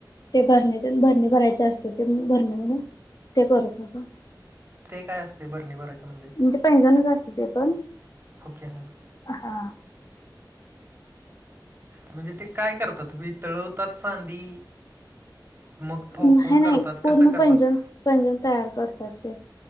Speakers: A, on the left (about 50°); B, on the right (about 25°).
A: ते भरणे भरणे भरायचे असते ते भरणे म्हणून ते करत होतो
B: ते काय असते भरणी भरायचं म्हणजे
A: म्हणजे पैंजणच असत ते पण
B: ओके हां
A: हा
B: म्हणजे ते काय करतात वितळवतात चांदी मग ठोकून
A: नाही नाही
B: करतात
A: पूर्ण
B: कसं करतात
A: पैंजण पैंजण तयार करतात ते